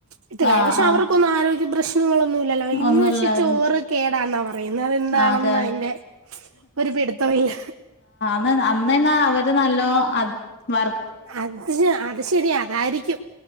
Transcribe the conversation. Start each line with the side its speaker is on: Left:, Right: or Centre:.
Right: ഇട്ടുകായും
Left: ആഹ്
Right: പക്ഷെ
Left: ആഹ്
Right: അവർക്കൊന്നും ആരോഗ്യ പ്രശ്നങ്ങളൊന്നൂല്ലല്ലോ ഇന്ന്
Left: ഒന്നുല്ലായിരുന്നു
Right: പക്ഷേ ചോറ് കേടാണെന്നാ പറയുന്നേ അതെന്താണെന്ന്
Left: ആഹ് കേ
Right: അതിന്റെ ഒരുപിടിത്തമില്ല
Left: ന്ന് അന്ന് ന്ന അവര് നല്ലോ അത് വർ
Right: അത് അത് ശെരി അതായിരിക്കും.